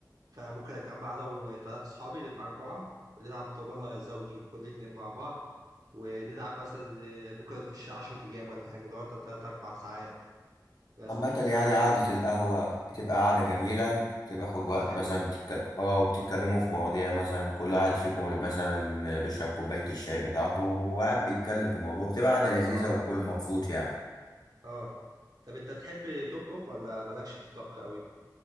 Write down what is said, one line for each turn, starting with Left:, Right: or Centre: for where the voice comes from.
Right: فممكن اجمع انا وثلاث اصحابي نبقى اربعه ونلعب دومنه زوجي كل اتنين مع بعض ونلعب مثلا إيه، ممكن نخش 10 ايام ولا حاجه نقعد تلات اربع ساعات بس
Left: عامة
Right: دي
Left: يعني قعدة القهوة بتبقى قعدة جميلة بتاخد
Right: تبقى
Left: وقت
Right: حلوه
Left: مثلا بتتك... اه وبتتكلموا في مواضيع مثلا كل واحد فيكم مثلا بيشرب كوباية الشاي بتاعته وقاعد بيتكلم في موضوع بتبقى قعدة لذيذة
Right: اه
Left: والكل مبسوط يعني
Right: اه طب انت بتحب تطبخ ولا مالكش في الطبخ قوي